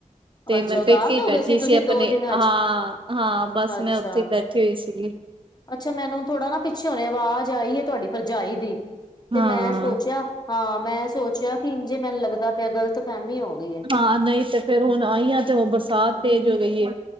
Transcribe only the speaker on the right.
ਤੇ
ਮੇਮੈ
ਪੇਕੇ ਹੀ
ਬੈਠੀ
ਸੀ ਆਪਣੇ।
ਹਾਂ-ਹਾਂ
ਬਸ
ਮੈਂ ਉੱਥੇ ਹੀ ਬੈਠੀ ਹੋਈ ਸੀਗੀ।
ਹਾਂ
ਹਾਂ ਨਹੀਂ ਤੇ ਫੇਰ ਹੁਣ ਆਈ ਆਂ ਤੇ ਉਹ ਬਰਸਾਤ ਤੇਜ ਹੋ ਗਈ ਏ।